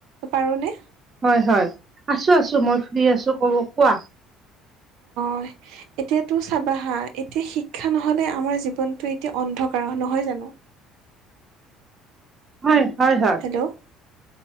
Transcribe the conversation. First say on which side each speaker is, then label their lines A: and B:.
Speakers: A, on the right; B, on the right.
A: পাৰোঁনে।
B: হয় হয় আছো আছো মই ফ্ৰী আছো ক কোৱা।
A: হয়। এতিয়াতো চাবা হা এতিয়া শিক্ষা নহ'লে আমাৰ জীৱনটো এতিয়া অন্ধকাৰ নহয় জানো।
B: হয়, হয়, হয়।
A: হেল্ল'